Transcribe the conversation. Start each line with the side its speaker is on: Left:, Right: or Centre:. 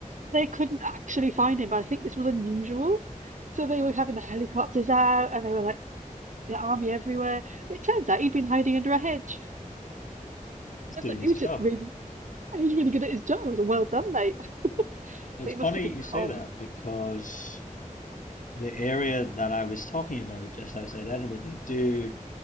Right: They couldn't actually find him, but I think this was unusual. So they were having the helicopters out, and they were like the army everywhere. It turns out he'd been hiding under a hedge.
Left: he's
Right: I
Left: doing
Right: was like,
Left: his
Right: he was
Left: job
Right: just really, he was really good at his job. I was like, well done, mate. <laughs>
Left: it's
Right: But it
Left: funny
Right: must have been
Left: you
Right: cold.
Left: say that because the area that I was talking about just outside Edinburgh they do